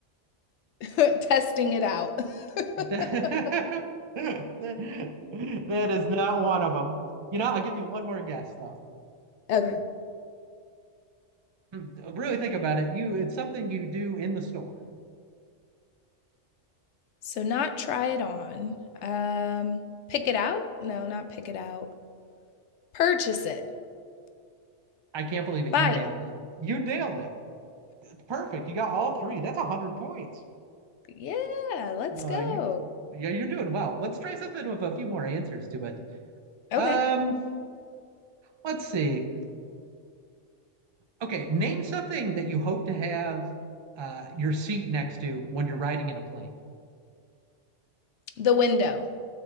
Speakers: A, on the left (about 70°); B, on the right (about 35°).
A: <laughs> testing it out. <laughs>
B: <laughs> That that is not one of them. You know, I'll give you one more guess though.
A: Okay.
B: Hmm, Really think about it. You, it's something you do in the store.
A: so not try it on. Um pick it out? No, not pick it out. Purchase it.
B: I can't believe it. You
A: Buy
B: nailed it. You nailed it. Perfect. You got all three. That's a hundred points.
A: it. Yeah, let's
B: Uh,
A: go.
B: you, yeah, you're doing well. Let's try something with a few more answers to it.
A: Okay.
B: Um, let's see. Okay, name something that you hope to have uh, your seat next to when you're riding in a plane.
A: The window.